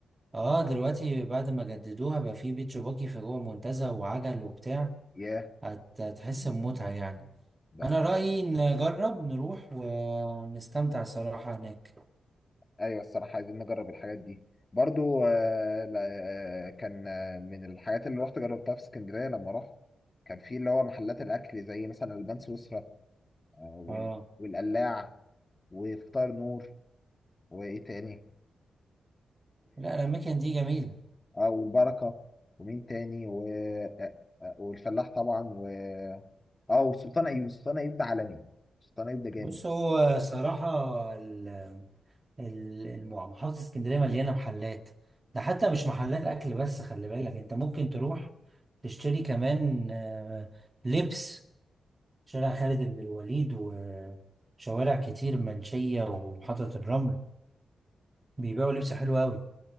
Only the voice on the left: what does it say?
ياه
ده
ايوه الصراحه عايزين نجرب الحاجات دي برضو آه لا آه كان آه، من الحاجات اللي رحت جربتها في اسكندريه لما رحت كان في اللي هو محلات الاكل زي مثلا البان سويسرا آه
وال- والقلاع وفطار نور وايه تاني
او البركه ومين تاني و... آه، آه، والفلاح طبعا و اه وسلطان ايوب سلطان ايوب ده عالمي سلطان ايوب ده جامد